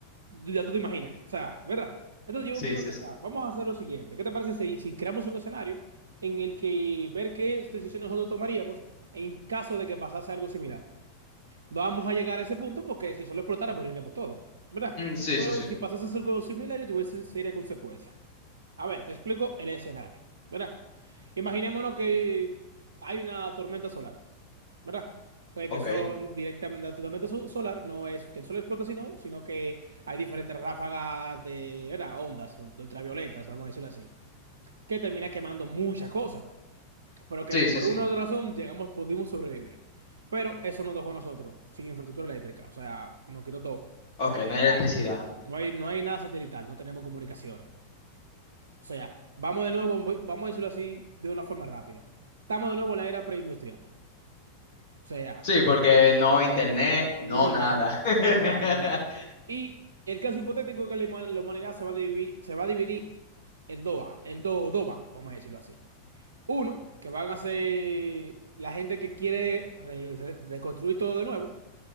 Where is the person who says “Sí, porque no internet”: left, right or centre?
Left